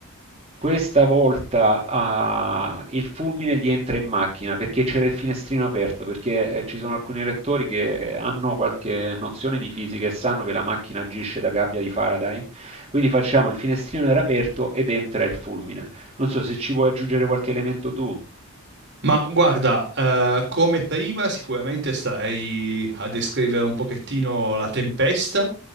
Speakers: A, on the right (about 30°); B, on the right (about 55°).
A: Questa volta ah, il fulmine gli entra in macchina perché c'era il finestrino aperto, perché eh, ci sono alcuni lettori che eh, hanno qualche nozione di fisica e sanno che la macchina agisce da gabbia di Faraday. Quindi facciamo il finestrino era aperto ed entra il fulmine. Non so se ci vuoi aggiungere qualche elemento tu.
B: ma guarda, eh, come prima sicuramente starei a descrivere un pochettino la tempesta,